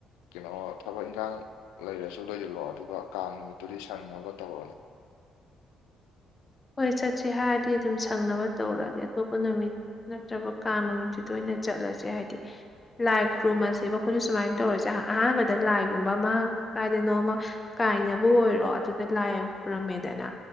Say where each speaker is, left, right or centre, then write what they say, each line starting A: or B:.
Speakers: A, on the left (about 90°); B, on the left (about 30°).
A: ꯀꯩꯅꯣ ꯊꯕꯛ ꯏꯟꯈꯥꯡ ꯂꯩꯔꯁꯨ ꯂꯣꯏꯁꯤꯜꯂꯛꯑꯣ ꯑꯗꯨꯒ ꯀꯥꯡ ꯅꯨꯃꯤꯠꯇꯨꯗꯤ ꯁꯪꯅꯕ ꯇꯧꯔꯅꯤ
B: ꯍꯣꯏ ꯆꯠꯁꯤ ꯍꯥꯏꯔꯗꯤ ꯑꯗꯨꯝ ꯁꯪꯅꯕ ꯇꯧꯔꯛꯑꯒꯦ ꯑꯇꯣꯞꯄ ꯅꯨꯃꯤꯠ ꯅꯠꯇ꯭ꯔꯒ ꯀꯥꯡ ꯅꯨꯃꯤꯠꯇꯁꯤꯨꯗ ꯑꯣꯏꯅ ꯆꯠꯂꯁꯦ ꯍꯥꯏꯗꯤ ꯂꯥꯏ ꯈꯨꯔꯨꯝꯃꯁꯦꯕ ꯑꯩꯈꯣꯏ ꯁꯨꯃꯥꯏꯅ ꯇꯧꯔꯁꯦ ꯑꯍꯥꯟꯕꯗ ꯂꯥꯏꯒꯨꯝꯕ ꯑꯃ ꯀꯥꯏꯗꯅꯣꯃ ꯀꯥꯏꯅꯕ ꯑꯣꯏꯔꯣ ꯑꯗꯨꯗ ꯂꯥꯏ ꯈꯨꯔꯝꯃꯦꯗꯅ